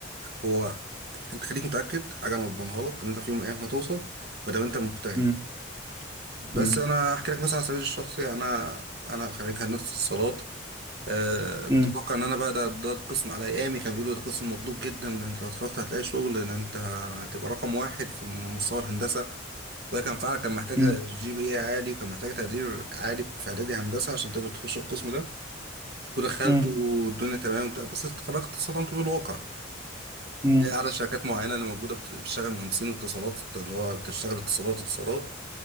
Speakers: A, on the right (about 55°); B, on the right (about 15°).
A: هو انت خليك متأكد حاجة انا بضمنها لك ان انت في يوم من الايام هتوصل بدل ما انت مجتهد
B: مم.
A: بس
B: مم.
A: انا احكي لك مثلا على سبيل الشخصي انا انا خريج هندسه اتصالات آه
B: مم.
A: كنت متوقع ان انا بقى ده, ده القسم على ايامي كان بيقولوا ده قسم مطلوب جدا ده انت لو اتخرجت هتلاقي شغل ده انت هتبقى رقم واحد في مستوى الهندسه وهي كان فعلا كان محتاجه
B: مم.
A: جي بي اي عالي وكان محتاجه تقدير عالي في اعدادي هندسه عشان تقدر تخش القسم ده ودخلت
B: مم.
A: والدنيا تمام وبتاع، بس اتخرجت اتصدمت بالواقع
B: مم.
A: إيه، عدد شركات معينه اللي موجوده بت- بتشتغل مهندسين اتصالات اللي هو بتشتغل اتصالات اتصالات